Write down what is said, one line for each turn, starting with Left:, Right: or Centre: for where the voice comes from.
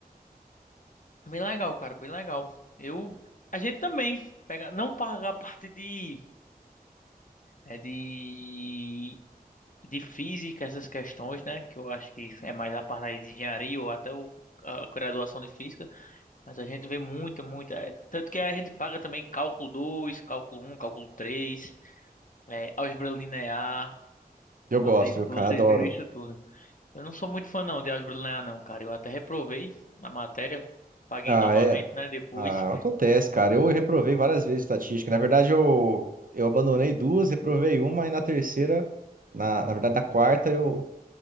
Left: bem legal, cara, bem legal. Eu, a gente também pega, não paga a parte de, é de de física, essas questões, né? Que eu acho que é mais a parte aí de engenharia ou até o, a graduação de física. Mas a gente vê muita, muita. é, tanto que a gente paga também cálculo dois cálculo um cálculo três é, álgebra linear.
Right: Eu
Left: Não
Right: gosto,
Left: acredito
Right: viu,
Left: que
Right: cara?
Left: vocês
Right: Adoro.
Left: viram isso tudo. Eu não sou muito fã não de álgebra linear, não, cara. Eu até reprovei na matéria. Paguei
Right: Ah,
Left: novamente,
Right: é.
Left: né? Depois.
Right: Ah, acontece, cara. Eu reprovei várias vezes estatística. Na verdade, eu, eu abandonei duas, reprovei uma, e na terceira, na, na verdade, na quarta, eu